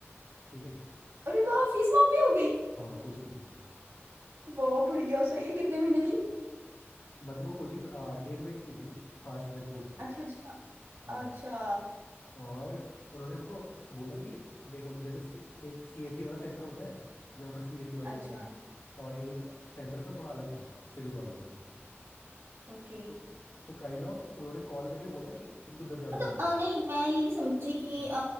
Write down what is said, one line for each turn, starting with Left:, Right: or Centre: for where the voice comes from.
Left: ठीक है
Right: अरे वाह फीस माफी हो गई
Left: हाँ कोचिंग की
Right: वाह बढ़िया सही है कितने महीने की
Left: मतलब वो कोचिंग डेढ़ महीने की थी फास्ट ट्रैक कोर्स था
Right: अच्छा अच्छा
Left: हाँ।
Right: अच्छा
Left: और उन्होंने हमको बोला कि देखो जैसे सी, एक सीएसी वाला सेंटर होता है जहाँ पर सीएसी वाले
Right: अच्छा
Left: रहते हैं और एक सेंटर था थोड़ा अलग था सिविल वालों का
Right: ओके
Left: तो तो काइंड ऑफ उन्होंने कॉल करके बोला कि इनको दस हजार रुपये
Right: मतलब
Left: देंगे
Right: अ, नहीं मैं ये नहीं समझी कि
Left: हाँ
Right: अ,